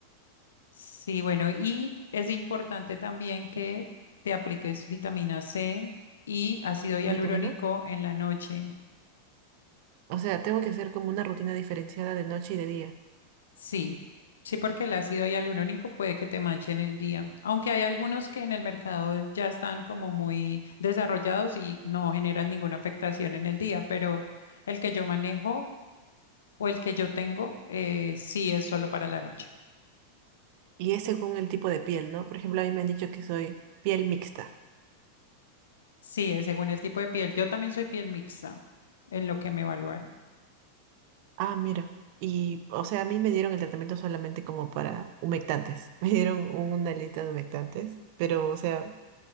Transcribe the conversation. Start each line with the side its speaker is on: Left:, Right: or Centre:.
Left: Sí, bueno, y es importante también que te apliques vitamina C y ácido hialurónico
Right: ¿Vitamina?
Left: en la noche.
Right: O sea, tengo que hacer como una rutina diferenciada de noche y de día.
Left: Sí, sí, porque el ácido hialurónico puede que te manche en el día, aunque hay algunos que en el mercado ya están como muy desarrollados y no generan ninguna afectación en el día, pero el que yo manejo o el que yo tengo, eh, sí es solo para la noche.
Right: Y es según el tipo de piel, ¿no? Por ejemplo, a mí me han dicho que soy piel mixta.
Left: Sí, es según el tipo de piel. Yo también soy piel mixta en lo que me evaluaron.
Right: Ah, mira. Y, o sea, a mí me dieron el tratamiento solamente como para humectantes. <laughs> Me dieron una lista de humectantes. Pero, o sea,